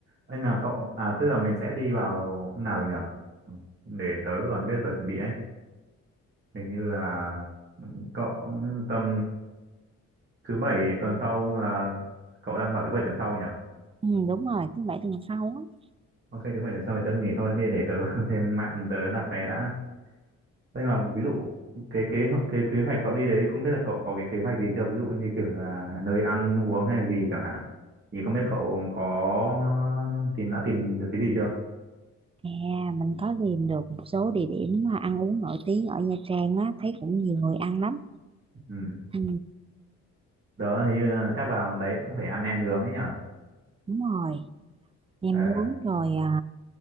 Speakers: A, on the right (about 35°); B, on the right (about 20°).
A: ấy là cậu à tức là mình sẽ đi vào hôm nào được nhở Ừ, để tớ còn biết giờ chuẩn bị ấy hình như là ừ, cậu tầm thứ bảy tuần sau là cậu đang bảo thứ bảy tuần sau nhở
B: ừ, đúng rồi thứ bảy tuần sau á
A: ok thứ bảy tuần sau thì tớ nghỉ thôi thế để tớ <laughs> lên mạng tớ đặt vé đã nhưng mà ví dụ cái kế kế kế hoạch cậu đi đấy không biết là cậu có cái kế hoạch gì chưa ví dụ như kiểu là nơi ăn uống hay gì chẳng hạn thì không biết cậu có tìm đã tìm được cái gì chưa
B: à mình có tìm được một số địa điểm mà ăn uống nổi tiếng ở Nha Trang á thấy cũng nhiều người ăn lắm
A: ừ.
B: ừ,
A: đó hình như là chắc vào đấy cũng phải ăn nem nướng ấy nhở
B: đúng rồi nem
A: ờ
B: nướng rồi à,